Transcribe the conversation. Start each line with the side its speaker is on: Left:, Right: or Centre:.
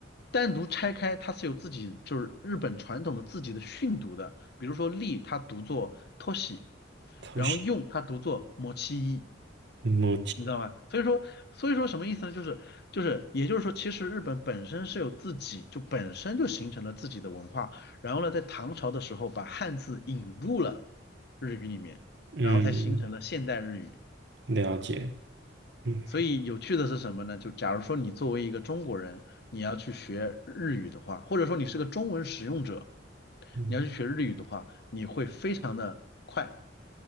Left: 单独拆开，它是有自己就是日本传统的自己的训读的。比如说立，它读作 t o s i
Right: 偷袭
Left: 然后用它读作
Right: s h
Left: mochi，
Right: e m o
Left: 你知道吗？所以说，所以说什么意思呢？就是就是，也就是说，其实日本本身是有自己就本身就形成了自己的文化，然后呢，在唐朝的时候把汉字引入了日语里面，
Right: 嗯，
Left: 然后才形成了现代日语。
Right: 了解，嗯
Left: 所以有趣的是什么呢？就假如说你作为一个中国人，你要去学日语的话，或者说你是个中文使用者，
Right: 嗯，
Left: 你要去学日语的话，你会非常的快。